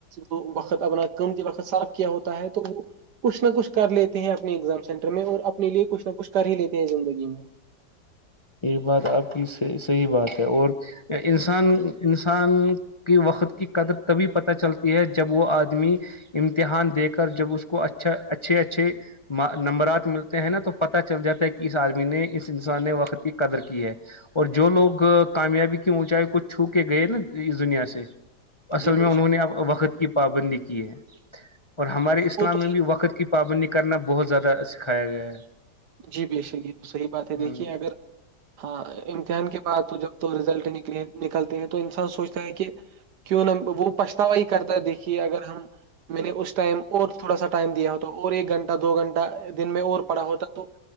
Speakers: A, on the right; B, on the left.
A: وقت اپنا قمتی وقت صاف کیا ہوتا ہے تو وہ کچھ نہ کچھ کر لیتے ہیں اپنے ایگزام سینٹر میں اور اپنے لیے کچھ نہ کچھ کر ہی لیتے ہیں زندگی میں
B: یہ بات آپ کی صحیح بات ہے اور انسان انسان کی وقت کی قدر تبھی پتہ چلتی ہے جب وہ آدمی امتحان دے کر جب اس کو اچھا اچھے اچھے نمبرات ملتے ہیں نا تو پتاہ چل جاتا ہے کہ اس آدمی نے اس انسان وقت قدر کی ہے اور جو لوگ کامیابی کیوں اونچائی کوچ چھو کے گئے نا اس دنیا سے اصل
A: جی
B: میں
A: بے
B: انہوں
A: شک
B: نے اب وقت کی پابندی کی ہے اور ہمارے اسلام
A: وہ تو
B: میں بھی وقت کی پابند کرنا بہت زیادہ سکھایا گیا ہے
A: جی بیشنگی تو صحیح بات ہے دیکھیے
B: ہ
A: اگر ہاں امتحان کے بعد تو جب تو رزلٹ نکل نکلتے ہیں تو انسان سوچتا ہے کہ کیوں نہ وہ پچھتاوا ہی کرتا ہے دیکھیے اگر ہم میں نے اس ٹائم اور تھوڑا سا ٹائم دیا ہوتا اور ایک گھنٹہ دو گھنٹہ دن میں اور پڑا ہوتا تو